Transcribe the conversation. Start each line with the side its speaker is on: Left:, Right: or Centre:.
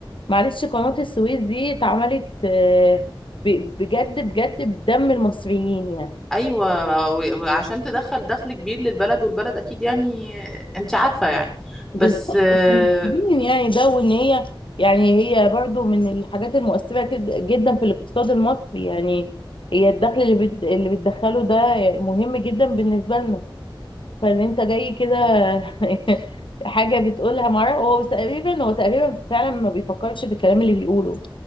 Left: معلش قناة السويس دي اتعملت آه، ب- بجد بجد بدم المصريين يعني
Centre: ايوه و- وعشان تدخل دخل كبير للبلد والبلد اكيد يعني انت عارفه يعني
Left: بالظبط
Centre: بس آه،
Left: احنا محتاجين يعني ده وان هي يعني هي برضو من الحاجات المؤثرة كد- جدا في الاقتصاد المصري يعني هي الدخل اللي بت- اللي بتدخله ده مهم جدا بالنسبة لنا فان انت جاي كده <laughs> حاجة بتقولها مرة هو بس تقريبا هو تقريبا فعلا ما بيفكرش بالكلام اللي بيقوله